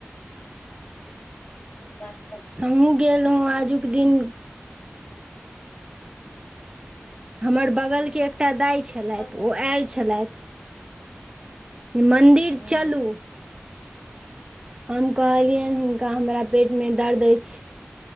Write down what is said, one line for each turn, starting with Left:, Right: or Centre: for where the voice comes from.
Left: बात त।
Right: हमहूँ गेल रहौं आजुक दिन। हमर बगल के एकटा दाइ छेलैथ
Left: कतऽ गेल
Right: ओ एल छेलैथ। मन्दिर
Left: रही हँ
Right: चलू। हम कहलियैन हुनका हमरा पेट में दर्द अइछ।